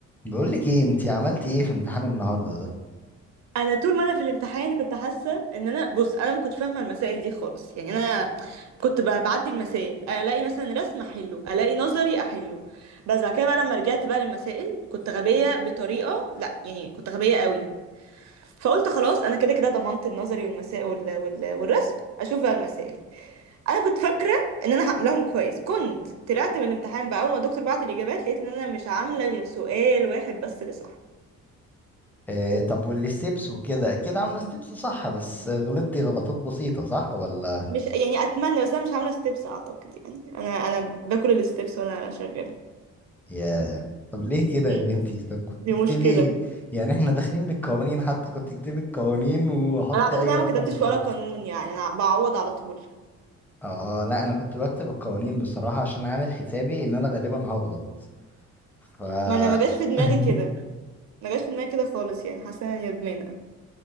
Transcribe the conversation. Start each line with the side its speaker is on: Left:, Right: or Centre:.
Centre: بقول لك ايه انت عملتي ايه في امتحان النهارده ده
Right: انا طول ما انا في الامتحان كنت حاسه ان انا بص انا ما كنتش فاهمه المسائل دي خالص يعني انا كنت ب- بعدي المسائل الاقي مثلا رسم احله الاقي نظري احله بس بعد كده بقى لما رجعت بقى للمسائل كنت غبيه بطريقه لا يعني كنت غبيه قوي فقلت خلاص انا كده كده ضمنت النظري والمسائل وال... وال... والرسم اشوف بقى المسائل انا كنت فاكره ان انا هعملهم كويس كنت طلعت من الامتحان بقى اول ما الدكتور بعت الاجابات لقيت ان انا مش عامله غير سؤال واحد بس اللي صح
Centre: آه طب والستبس وكده كده عامله ستبس صح بس غلطتي غلطات بسيطه صح ولا
Right: مش يعني اتمنى بس انا مش عامله ستيبس اعتقد يعني انا انا باكل الستيبس وانا شغاله
Centre: يا طب ليه كده يا
Right: مم.
Centre: بنتي طب كنت
Right: دي
Centre: تكتبي
Right: مشكله
Centre: يعني احنا داخلين بالقوانين حتى كنت تكتبي القوانين وحطي
Right: انا اعتقد
Centre: اي
Right: انا
Centre: رقم
Right: ما كتبتش
Centre: وخلاص
Right: ولا قانون يعني انا بعوض على طول
Centre: اه لا انا كنت بكتب القوانين بصراحه عشان عامل حسابي ان انا غالبا هغلط ف
Right: ما انا ما جاش في دماغي
Centre: <laughs>
Right: كده ما جاش في دماغي كده خالص يعني حاسه اني ندمانه